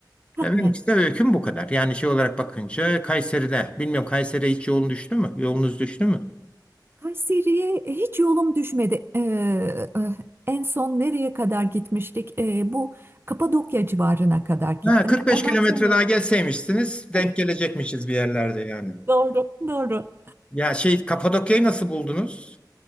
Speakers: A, on the right; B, on the left.
A: Ha,
B: Ya benim
A: ha.
B: işte öyküm bu kadar. Yani şey olarak bakınca
A: Evet.
B: Kayseri'de. Bilmiyorum Kayseri'ye hiç yolun düştü mü? Yolunuz düştü mü?
A: Kayseri'ye hiç yolum düşmedi. Ee, eh, en son nereye kadar gitmiştik? Ee, bu Kapadokya civarına kadar gittim.
B: Ha, 45
A: Ondan
B: kilometre
A: sonra
B: daha gelseymişsiniz denk
A: evet
B: gelecekmişiz bir yerlerde yani.
A: doğru doğru.
B: Ya şey Kapadokya'yı nasıl buldunuz?